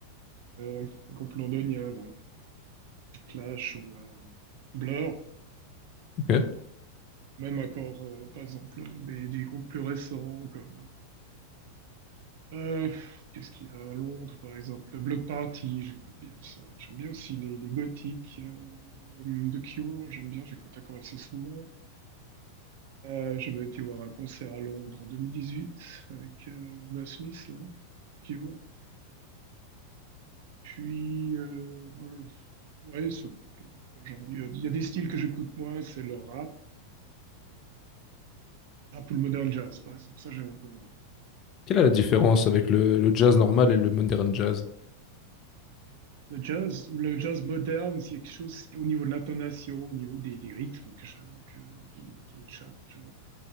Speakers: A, on the right; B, on the left.
A: euh, groupe londonien, là, Clash ou euh, Blur.
B: Ok.
A: Même encore, euh, par exemple, des, des groupes plus récents comme Euh, qu'est-ce qu'il y a à Londres, par exemple? Le Block Party, j'écoute bien ça. J'aime bien aussi les, les gothiques euh, de Cure, j'aime bien, j'écoute encore assez souvent. Euh, j'avais été voir un concert à Londres en 2018 avec euh, Wanda Smith, là, Cure. Puis, euh, bon, ouais, c'est un peu- un peu genre, il y a, il y a des styles que j'écoute moins, c'est le rap, rap ou le modern jazz, par exemple. Ça, j'aime un peu moins.
B: Quelle est la différence avec le, le jazz normal et le modern jazz?
A: Le jazz, le jazz moderne, c'est quelque chose au niveau de l'intonation, au niveau des, des rythmes que je, que, qui, qui m'échappe. Je-